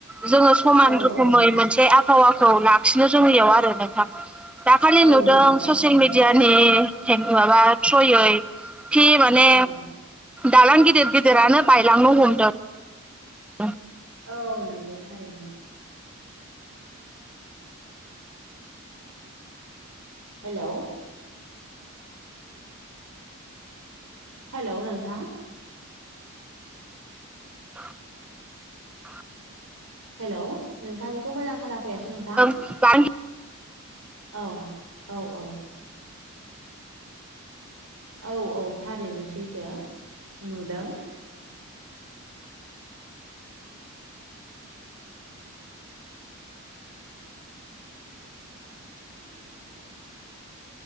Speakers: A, in the centre; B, on the right.
A: जोङो समान
B: औ
A: रोखोमै
B: औ
A: मोनसे आबहावाखौ लाखिनो जोंनियाव आरो नोंथां दाखालि
B: औ
A: नुदों
B: नंगौ थारैनो
A: ससियेल मिडिया नि माबा थ्रयै थि माने
B: औ
A: दालां गिदिर गिदिरानो बायलांनो हमदों। औ
B: औ नंगौ थारैनो। हेलौ हेल' नोंथां
A: <inaudible>
B: हेल' नोंथांखौ मोजां खोनाफैयासै नोंथां?
A: <unintelligible>
B: औ औ औ औ औ थारैनो सैथो ओ नुदों। <unintelligible>